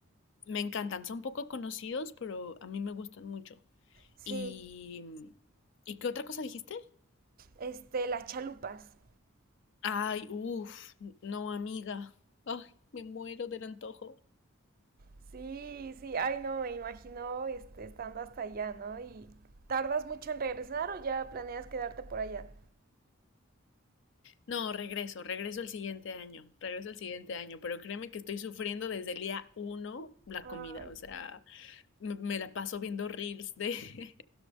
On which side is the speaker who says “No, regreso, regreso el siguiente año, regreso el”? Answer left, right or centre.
Left